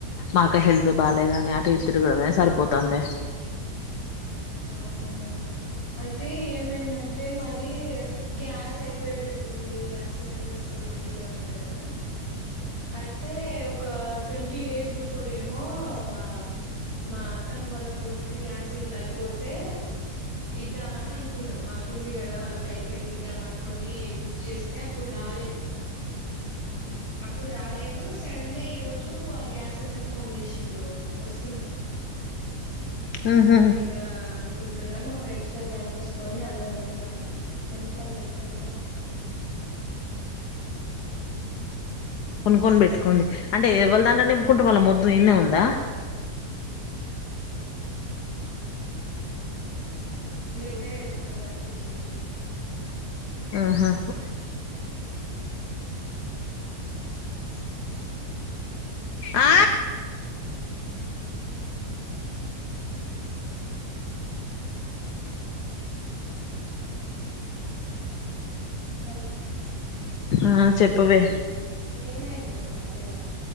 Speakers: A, on the left; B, on the right.
A: మాక్క హెల్త్ బాగాలేదని అటు ఇటు తిరుగడమే సరిపోతందే
B: అవునా అయితే ఏమైందంటే మదీ గ్యాస్ అయిపోయేటట్టుంది గ్యాస్ సిలిండర్స్ దొరుకుతలేవంట కదా అయితే ఒక ట్వంటీ డేస్ బిఫోరేమో మా మా అత్తమ్మ వాల్ల కొడిక్కి గ్యాస్ ఇట్లా అయిపోతే ఇద్దామని అనుకున్నం మాకుంది కదా వాళ్ళకైపోయింది ఇద్దాం అనుకోని బుక్ చేస్తే అప్పుడు రా లేదు అప్పుడ్రాలేదూ సడన్ గా ఈరోజు ఆ గ్యాస్ అతను ఫోన్ చేసిండు వొస్
A: ఆహా
B: ఇగా అనుకుంటున్నాం ఒక ఎక్స్ట్రా గ్యాస్ తీసుకొని అల్లనన్నా నింపుకొని పెట్టుకుంటే
A: కొనుక్కొని పెట్టుకోండి అంటే ఎవల్దట్లే నింపుకుంట్రూ వాళ్ళ మొద్దు ఇన్నే ఉందా హా
B: గైతే చుక్కలు గన్పిచ్చేటివి
A: ఆహా
B: జా గుడ్ మార్నింగ్ గుడ్
A: ఆ
B: మార్నింగ్ ట్రా హలో
A: అ చెప్పవే
B: ఏమైంద్రా మధ్యలా